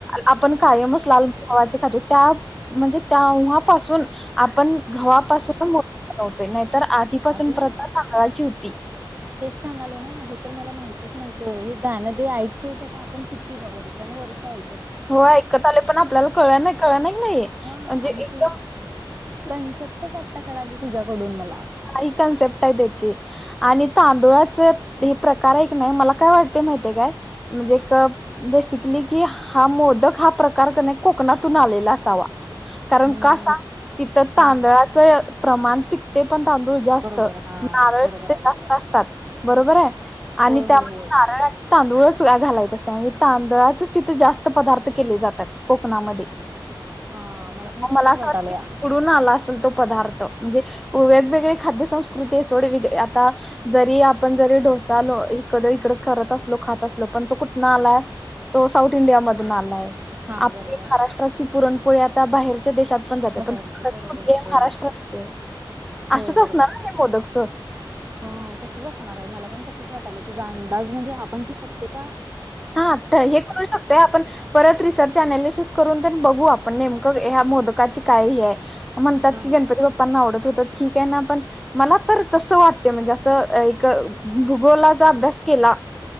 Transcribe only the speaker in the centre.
आपण कायमच <inaudible> त्या म्हणजे तेव्हा पासून आपण घवापासून <unintelligible> <inaudible> तर आधीपासून
प्रथा तांदळाची होती. ती.
हो ऐकत आलो पण आपल्याला कळ नाही कळ नाही
म्हणजे
एकदम
हई कन्सेप्ट आहे त्याची आणि तांदुळाच हे प्रकार एक नाही मला काय वाटते माहितीय काय म्हणजे एक बेसिकली कि हा मोदक हा प्रकार नाही कोकणातून आलेला असावा कारण
का सांग तिथं तांदळाच
प्रमांटिक पण तांदूळस्त,
नारळ
जास्त
असतात बरोबर आणि
त्या
नारळ तांदूळच घालायचं असते आणि तांदळाच तिथे जास्त पदार्थ केले जातात कोकणामध्ये
मला असं
वाटत तिकडी आला असेल तो पदार्थ म्हणजे वेगवेगळे खाद्य संस्कृती <unintelligible> आता जरी आपण जरी डोसा इकड इकड करत असलो खात असलो पण तो कुठनं आलाय तो साऊथ इंडिया मधून आलाय
आपली
महाराष्ट्राची पुरण पुढे आता बाहेरच्या देशात पण जाते
पण कुठ
महाराष्ट्रात
असंच
असणार
ना ते मोदकचं
हा हे करू शकतोय आपण परत रिसर्च ॲनालिसिस करून तरी बघू आपण नेमक ह्या मोदकाची काय हे आहे म्हणतात
की गणपती बाप्पांना आवडत होत ठीक आहे ना पण मला तर तसं वाटते म्हणजे असं एक भूगोलाचा अभ्यास केला